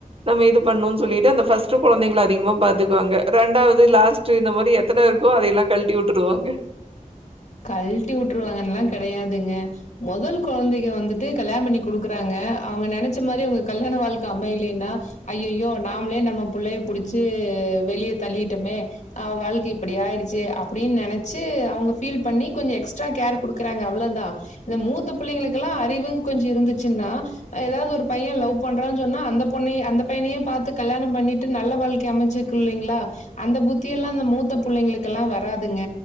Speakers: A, on the right (about 45°); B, on the left (about 55°).
A: நம்ம இது பண்ணுன் சொல்லிட்டு அந்த ஃபர்ஸ்ட் கொழந்தைகள அதிகமா பாத்துக்குவாங்க ரெண்டாவது லாஸ்ட் இந்த மாரி எத்தன இருக்கோ அதையெல்லா கழட்டி விட்ருவாங்க
B: கழ்ட்டி உட்ருவாங்கன்ல்லா கெடையாதுங்க முதல் கொழந்தைக வந்துட்டு கல்யாண பண்ணி குடுக்குறாங்க அவுங்க நெனைச்ச மாரி உங்க கல்யாண வாழ்க்க அமையலன்னா ஐயய்யோ நாமளே நம்ம புள்ளைய புடிச்சு வெளிய தள்ளிட்டமே அவ வாழ்க்க இப்டி ஆயிடுச்சே அப்டின்னு நெனைச்சு அவுங்க ஃபீல் பண்ணி கொஞ்சோ எக்ஸ்ட்ரா கேர் குடுக்குறாங்க அவ்ளோதா இந்த மூத்த பிள்ளைங்களுக்கு எல்லா அறிவுனு கொஞ்சோ இருந்துச்சுன்னா ஏதாது ஒரு பையன் லவ் பண்றான் சொன்னா அந்த பொண்ணை அந்த பையனையே பாத்து கல்யாணோ பண்ணிட்டு நல்ல வாழ்க்கைய அமைச்சு ருக்குல்லைங்ளா அந்த புத்தி எல்லா அந்த மூத்த புள்ளைங்களுக்கு எல்லா வராதுங்க